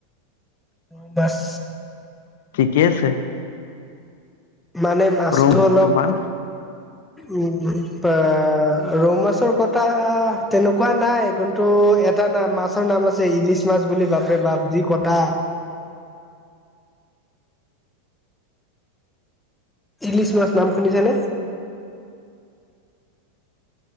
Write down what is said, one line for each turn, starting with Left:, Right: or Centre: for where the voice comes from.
Centre: ৰৌ মাছ
Left: কি আছে
Centre: মানে মাছটো
Left: ৰৌ
Centre: অলপ
Left: তোমাৰ?
Centre: উম। এ ৰৌ মাছৰ কটা তেনেকুৱা নাই কিন্তু এটা নাম মাছৰ নাম আছে ইলিছ মাছ বুলি বাপৰেবাপ বা যি কটা। ইলিছ মাছ নাম শুনিছেনে?